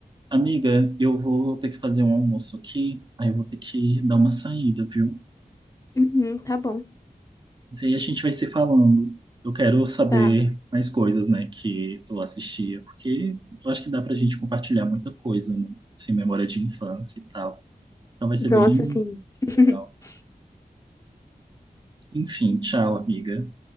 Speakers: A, on the right; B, on the left.
A: Amiga, eu vou ter que fazer um almoço aqui, aí eu vou ter que dar uma saída, viu?
B: Uhum, tá bom.
A: Mas aí a gente vai se falando. Eu quero saber
B: Tá.
A: mais coisas, né, que tu assistia, porque eu acho que dá pra gente compartilhar muita coisa, né? Assim, memória de infância e tal. Então vai ser
B: Nossa,
A: bem
B: sim <laughs>
A: legal. Enfim, tchau, amiga.